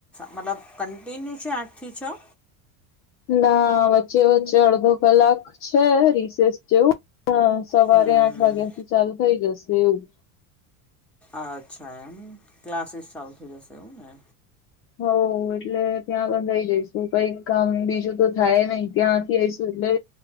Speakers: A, in the centre; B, on the left (about 35°).
A: મતલબ કન્ટિન્યુ છે આઠથી છ?
B: ના વચ્ચે વચ્ચે અડધો કલાક છે રિસેસ જેવું પણ સવારે
A: હમ
B: આઠ વાગ્યા થી ચાલુ થઈ જશે એવું.
A: અચ્છા એમ ક્લાસીસ ચાલુ થઈ જશે એવું ને?
B: હઓ એટલે ત્યાં બંધાઈ જઈશું કંઈક કામ બીજું તો થાય નહી. ત્યાંથી આઈશું એટલે